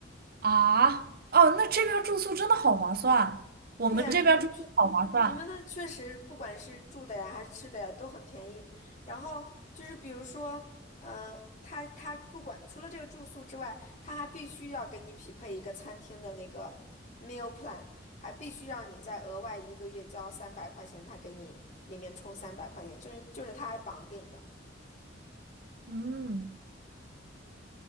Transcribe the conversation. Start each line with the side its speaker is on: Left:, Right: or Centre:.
Right: 啊，哦，那这边儿住宿真的好划算，我们这边儿住宿好划算。
Left: 对啊，你们确你们那确实不管是住的呀还是吃的呀都很便宜。然后就是比如说，嗯、他他不管除了这个住宿之外，他还必须要给你匹配一个餐厅的那个 meal plan，还必须让你再额外一个月交三百块钱，他给你里面充三百块钱，就是就是他还绑定的。
Right: 嗯。